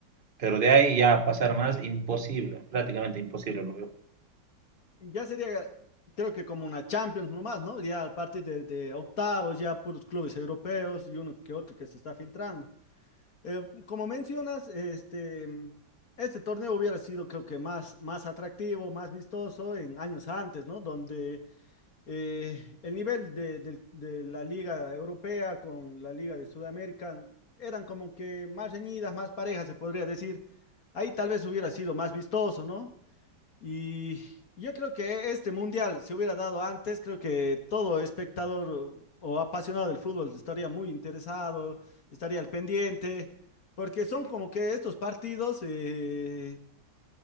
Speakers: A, on the right; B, on the left.
A: pero de ahí ya a pasar más, imposible, prácticamente imposible lo veo.
B: Ya sería, creo que como una Champions nomás, ¿no? Ya a partir de, de octavos, ya puros clubes europeos y uno que otro que se está filtrando. Eh, como mencionas, este, este torneo hubiera sido, creo que más, más atractivo, más vistoso en años antes, ¿no? Donde eh, el nivel de, del- de la Liga Europea con la Liga de Sudamérica eran como que más reñidas, más parejas, se podría decir. Ahí tal vez hubiera sido más vistoso, ¿no? Y yo creo que este mundial se hubiera dado antes, creo que todo espectador o apasionado del fútbol estaría muy interesado, estaría al pendiente, porque son como que estos partidos eh,